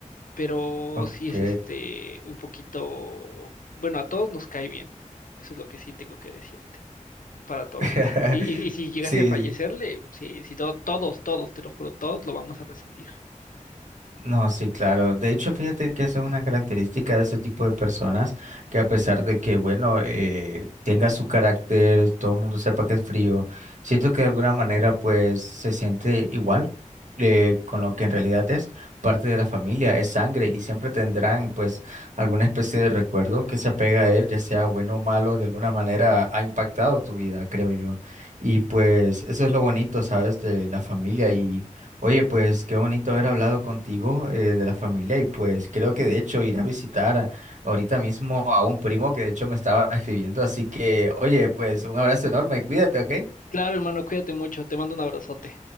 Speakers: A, on the left; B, on the right.
A: Pero
B: Ok.
A: sí es este un poquito, bueno, a todos nos cae bien. Eso es lo que sí tengo que decirte, para todo.
B: <laughs>
A: Y, y- y si llegase
B: Sí,
A: a fallecerle, sí, sí, todo todos, todos, te lo juro, todos lo vamos a resentir.
B: no, sí, claro. De hecho, fíjate que esa es una característica de ese tipo de personas que a pesar de que, bueno, eh, tenga su carácter, todo el mundo sepa que es frío, siento que de alguna manera pues se siente igual eh, con lo que en realidad es parte de la familia, es sangre y siempre tendrán pues alguna especie de recuerdo que se apega a él, ya sea bueno o malo, de alguna manera ha impactado tu vida, creo yo. Y pues eso es lo bonito, ¿sabes? De la familia y... Oye, pues qué bonito haber hablado contigo eh, de la familia y pues creo que de hecho ir a visitar a- ahorita mismo a un primo que de hecho me estaba escribiendo, así que oye, pues un abrazo enorme, cuídate, ¿ok?
A: Claro, hermano, cuídate mucho, te mando un abrazote.